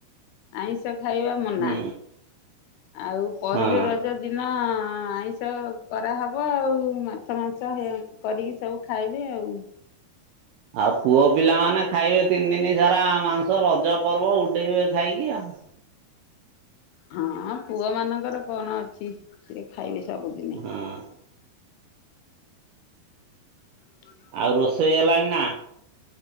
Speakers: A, on the left; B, on the right.
A: ଆଇଁଷ ଖାଇବା ମନା।
B: ହୁଁ
A: ଆଉ ପହିଲି
B: ହଁ।
A: ରଜ ଦିନ ଆଇଁଷ କରାହବ ଆଉ ମା ଛ ମାଂସ ହେଁ କରିକି ସବୁ ଖାଇବେ ଆଉ।
B: ଆଉ ପୁଅ ପିଲାମାନେ ଖାଇବେ ତିନି ଦିନି ସାରା ମାଉଁସ ରଜ ପର୍ବ ଉଡେଇବେ ଖାଇକି ଆଉ।
A: ହଁ ପୁଅମାନଙ୍କର କଣ ଅଛି ସିଏ ଖାଇବେ ସବୁଦିନେ।
B: ହଁ।
A: <inaudible>
B: ଆଉ ରୋଷେଇ ହେଲାଣି ନା?